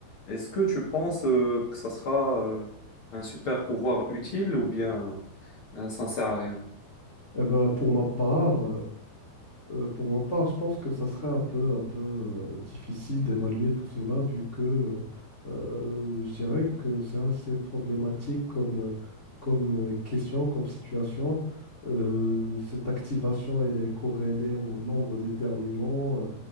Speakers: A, on the left; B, on the left.
A: Est-ce que tu penses euh, que ça sera euh, un super pouvoir utile ou bien euh, ça ne sert à rien?
B: Eh ben, pour ma part, Euh, pour ma part, je pense que ça serait un peu, un peu euh, difficile d'évaluer tout cela, vu que euh, euh, je dirais que c'est assez problématique comme, euh, comme euh, question, comme situation. Euh, cette activation, elle est corrélée au nombre d'éternuements. euh,